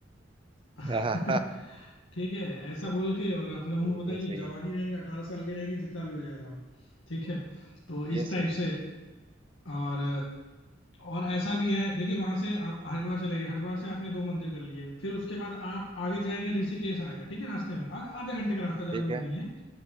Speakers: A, on the left; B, on the right.
A: <laughs>
B: हाँ,
A: ठीक है ऐसा बोल के और अपने
B: ये
A: उम्र बताइए
B: ये सही
A: जवान
B: है
A: ही रहेंगे अठारह साल के रहेंगे जितना भी हो जाए हम ठीक है तो
B: ये
A: इस टाइप
B: सही है
A: से और और ऐसा भी है देखिए वहां से आप हरिद्वार चले गए हरिद्वार से आपने दो मंदिर कर लिए फिर उसके बाद आप आगे जाएंगे ऋषिकेश आएगा ठीक है रास्ते में आगे आधे घंटे का रास्ता ज्यादा
B: ठीक
A: दूर
B: है
A: नहीं है